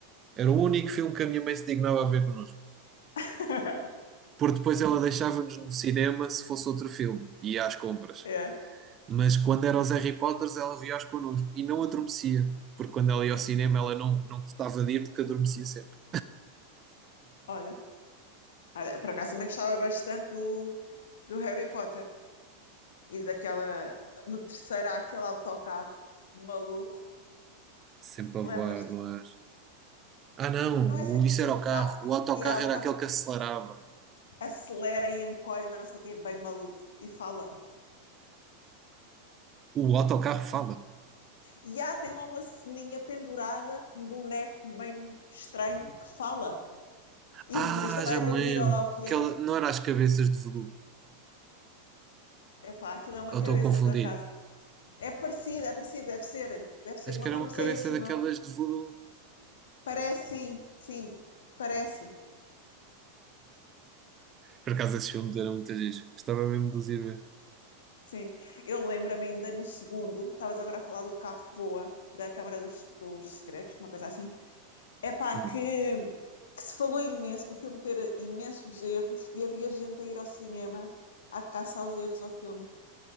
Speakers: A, on the right; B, on the left.
A: Era o único filme que a minha mãe se dignava a ver connosco.
B: <laughs>
A: Porque depois ela deixava-nos no cinema se fosse outro filme. E ia às compras.
B: É,
A: Mas quando era os Harry Potters, ela via-os connosco. E não adormecia. Porque quando ela ia ao cinema, ela não, não gostava de ir porque adormecia sempre.
B: olha. Olha, Por acaso também gostava bastante do, do Harry Potter e daquela. No terceiro há aquele autocarro maluco,
A: Sempre a
B: lembras-te?
A: voar no ar. Ah, não.
B: N- Não é sempre.
A: o- Isso
B: O,
A: era o carro.
B: o carro.
A: O autocarro
B: É, o
A: era
B: carro
A: aquele que acelerava.
B: acelera e encolhe, mas não sei o quê, bem maluco. E fala.
A: O autocarro fala.
B: E há, tem lá uma ceninha pendurada, um boneco bem estranho que fala. E
A: Ah,
B: o motorista vai
A: já
B: dormir,
A: me lembro.
B: olha lá o que
A: Aquela,
B: é.
A: não era as cabeças de voodoo.
B: É pá, aquilo é uma
A: Ou
B: cabeça,
A: estou a confundir.
B: por acaso. É parecido, é parecido, deve ser. Deve ser,
A: Acho
B: não
A: que era
B: me lembro
A: uma cabeça
B: se é esse
A: daquelas
B: o nome.
A: de voodoo.
B: Parece, sim, sim, parece.
A: Por acaso esses filmes eram muitas vezes. Gostava mesmo de os ir ver.
B: Sim, eu lembro-me ainda no segundo, estavas agora a falar do carro que voa, da Câmara dos, dos Segredos, uma coisa assim. É pá,
A: Hum,
B: que que se falou imenso do filme ter imensos erros e havia gente a ir ao cinema à caça aos erros ao filme.